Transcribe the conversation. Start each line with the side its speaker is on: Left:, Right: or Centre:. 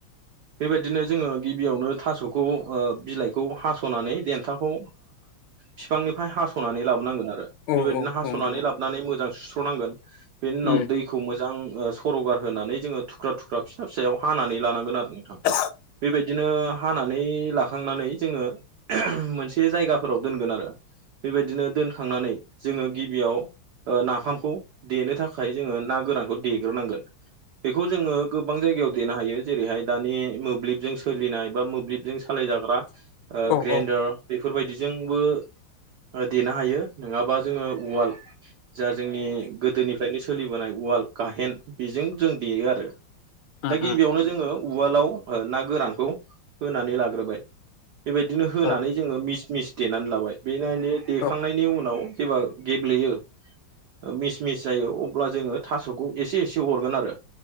Right: बेबायदिनो जोङो गिबियावनो थास' खौ बिलाइखौ हास'नानै देन्थाखौ फिफांनिफाय हास'नानै लाबोनांगोन आरो
Left: औ
Right: बेबायदिनो
Left: औ
Right: हास'नानै
Left: औ नंगौ
Right: लाबोनानै मोजां सुस्र'नांगोन बेनि उनाव
Left: उम
Right: दै खौ मोजां ओ सर'गार होनानै जोङो थुख्रा थुख्रा फिसा फिसायाव हानानै लानांगोन आरो नोंथां
Left: <inaudible>
Right: बेबायदिनो हानानै लाखांनानै जोङो मोनसे जायगाफोराव दोनगोन आरो बेबायदिनो दोनखांनानै जोङो गिबियाव नाफामखौ देनो थाखाय जोङो ओ ना गोरानखौ देग्रोनांगोन बेखौ जोङो गोबां जायगायाव देनो हायो जेरैहाय दानि मोब्लिबजों सोलिनाय बा मोब्लिब जों सालाय जाग्रा ओ
Left: औ
Right: ग्रेन्डार
Left: औ
Right: बेफोर बायदिजोंबो ओ देनो हायो नङाबा जोङो उवाल जा जोंनि गोदोनिफ्रायनो सोलिबोनाय उवाल गाहेन बेजों जों देयो आरो
Left: उम
Right: दा गिबियावनो
Left: उम
Right: जोङो उवालाव ओ ना गोरानखौ होनानै लाग्रोबाय बेबादिनो होनानै
Left: औ
Right: जोङो मिस मिस देनानै लाबाय बेनायनि देखांनायनि
Left: औ
Right: उनाव जेब्ला गेब्लेयो ओ मिस मिस जायो अब्ला जोङो थास'खौ एसे एसे हरगोन आरो